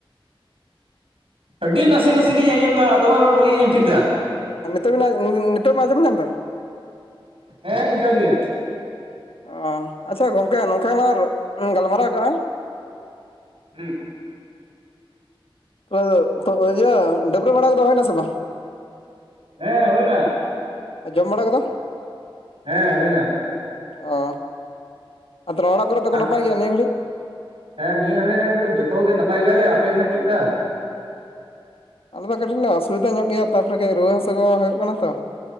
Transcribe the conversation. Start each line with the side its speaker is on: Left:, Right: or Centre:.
Right: ᱟᱹᱰᱤ ᱱᱟᱥᱮ ᱱᱟᱥᱮ ᱞᱤᱧ ᱟᱸᱡᱚᱢ ᱮᱫᱟ ᱫᱚᱢᱮ ᱨᱚᱲ ᱵᱟᱹᱞᱤᱧ ᱟᱸᱡᱚᱢ ᱴᱷᱤᱠ ᱫᱟ ᱾
Left: ᱟᱨ ᱱᱤᱛᱚᱜ ᱵᱮᱱ ᱟᱡ ᱱᱤ ᱱᱤᱛᱚᱜ ᱵᱮ ᱢᱟᱸᱡᱟᱢ ᱧᱟᱢᱫᱟ?
Right: ᱦᱮᱸ ᱤᱝᱠᱟ ᱜᱮ᱾
Left: ᱚᱻ ᱟᱪᱷᱟ ᱜᱚᱝᱠᱮ ᱱᱚᱝᱠᱟ ᱞᱟᱝ ᱜᱟᱞᱢᱟᱨᱟᱣ ᱠᱟᱜᱼᱟ᱾
Right: ᱦᱩᱸ
Left: ᱛᱟᱦᱞᱮ ᱛᱚ ᱤᱭᱟᱹ ᱰᱟᱹᱵᱽᱨᱟᱹ ᱵᱟᱲᱟ ᱠᱚᱫᱚ ᱦᱚᱭᱱᱟ ᱥᱮ ᱵᱟᱝ?
Right: ᱦᱮᱸ ᱦᱩᱭᱱᱟ᱾
Left: ᱡᱚᱢ ᱵᱟᱲᱟ ᱠᱚᱫᱚ?
Right: ᱦᱮᱸ ᱦᱩᱭᱱᱟ᱾
Left: ᱚ ᱟᱨ ᱛᱟᱞᱮ ᱚᱲᱟᱜ ᱠᱚᱨᱮᱜ ᱫᱚᱠᱚ
Right: ᱟᱢ
Left: ᱱᱟᱯᱟᱭ ᱜᱮᱭᱟ ᱱᱤᱭᱟᱹ ᱜᱷᱟᱹᱲᱤᱡ?
Right: ᱦᱮᱸ ᱱᱤᱭᱟᱹ ᱦᱚᱲᱮ ᱫᱚ ᱡᱚᱛᱚ ᱜᱮ ᱱᱟᱯᱟᱭ ᱜᱮᱭᱟᱞᱮ ᱟᱯᱮᱜᱮ ᱱᱟᱦᱟᱜ ᱪᱮᱫᱮ ᱞᱮᱠᱟ?
Left: ᱟᱞᱮ ᱫᱚ ᱠᱟᱹᱴᱤᱡ ᱞᱮ ᱚᱥᱩᱵᱤᱫᱟ ᱧᱚᱜ ᱜᱮᱭᱟ, ᱛᱟᱯᱚᱨᱮ ᱠᱟᱹᱡ ᱨᱩᱣᱟᱹ ᱦᱟᱥᱩ ᱠᱚ ᱦᱩᱭᱩᱜ ᱠᱟᱱᱟ ᱛᱚ᱾